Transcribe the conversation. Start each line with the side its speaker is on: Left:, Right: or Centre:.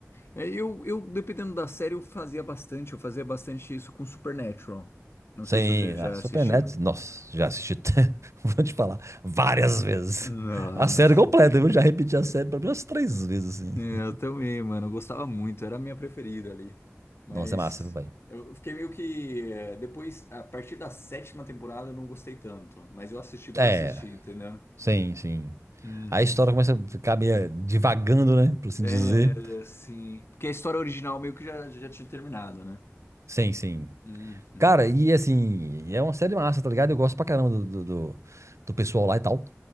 Left: É, eu, eu, dependendo da série, eu fazia bastante. Eu fazia bastante isso com Supernatural. Não
Right: Sim,
Left: sei se você já
Right: a Supernatural,
Left: assistiu. <laughs>
Right: nossa, já assisti, até- <laughs> vou te falar, várias vezes.
Left: Uhum. Nossa.
Right: A série completa, eu Já repeti a
Left: É,
Right: série pelo menos três vezes, assim.
Left: Eu também, mano. Eu gostava muito. Era a minha preferida ali. Mas
Right: Nossa, é massa, viu, velho?
Left: eu fiquei meio que. é, Depois, a partir da sétima temporada, eu não gostei tanto. Mas eu assisti por
Right: É,
Left: assistir, entendeu?
Right: sim, sim.
Left: Uhum.
Right: A história começa a ficar meio divagando, né? Por assim
Left: É,
Right: dizer.
Left: sim. Porque a história original meio que já, já tinha terminado, né?
Right: Sim, sim.
Left: Uhum.
Right: Cara, e assim, é uma série massa, tá ligado? Eu gosto pra caramba do, do, do, do pessoal lá e tal.